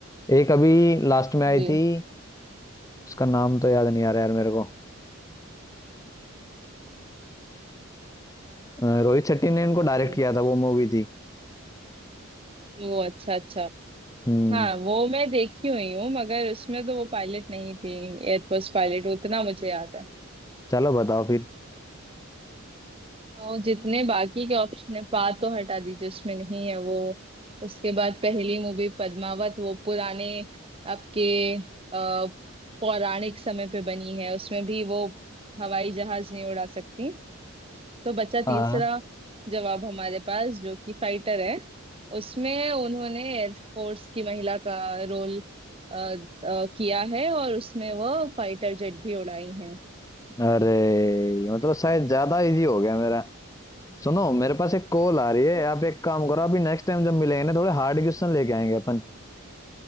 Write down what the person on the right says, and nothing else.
जी
जी
वो अच्छा अच्छा
हाँ वो मैं देखी हुई हूँ मगर उसमें तो वो पायलट नहीं थी एयरफोर्स पायलट उतना मुझे याद है
तो जितने बाकी के ऑप्शन है पा तो हटा दीजिए उसमें नहीं है वो उसके बाद पहली मूवी पद्मावत वो पुराने आपके अ, पौराणिक समय पे बनी है उसमें भी वो हवाई जहाज नहीं उड़ा सकती तो बचा
तीसरा जवाब हमारे पास जो कि फाइटर है उसमें उन्होंने एयरफोर्स की महिला का रोल किया है और उसमें वो फाइटर जेट भी उड़ाई हैं